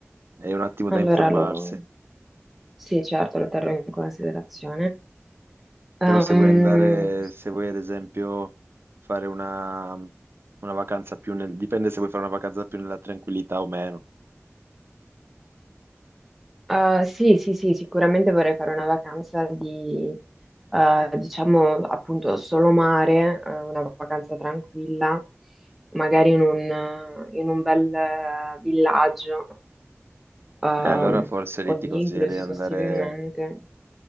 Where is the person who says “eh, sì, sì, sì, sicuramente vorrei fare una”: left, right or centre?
Centre